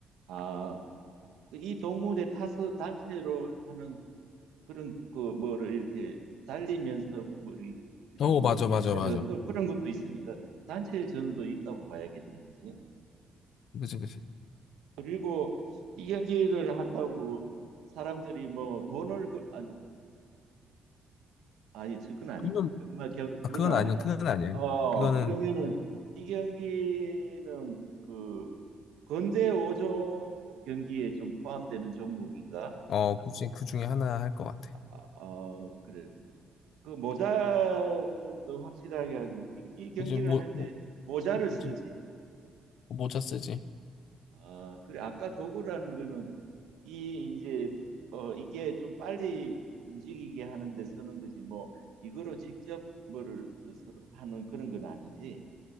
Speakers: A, on the right; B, on the left.
A: 아, 이 동물의 타서 단체로 하는 그런 그 뭐를 이렇게 달리면서 뭐 이렇게
B: 어
A: 뭐
B: 맞아
A: 어디에
B: 맞아
A: 꺼내가
B: 맞아.
A: 그, 그런 것도 있으니까 단체전도 있다고 봐야겠네. 그치?
B: 그치 그치.
A: 그리고 이 경기를 한다고 사람들이 뭐 돈을 그, 아, 아니 그건 아니지.
B: 그건
A: 정말 겨, 그거는
B: 아, 그건
A: 아니다.
B: 아니야. 그건 아니야.
A: 어
B: 이거는
A: 그러면은 이 경기는 그 근대 5종 경기에 좀 포함되는 종목인가?
B: 어, 그치. 그 중에 하나 할 것 같아.
A: 아, 어 그래. 그 모자 좀 더 확실하게 하기. 이, 이 경기를
B: 그제 뭐..
A: 할 때
B: 뭐
A: 모자를
B: 그지
A: 쓰지.
B: 모자 쓰지.
A: 아, 그래. 아까 도구라는 거는 이 이제 어 이게 좀 빨리 움직이게 하는데 쓰는 거지. 뭐 이거로 직접 뭐를 서로 하는 그런 건 아니지.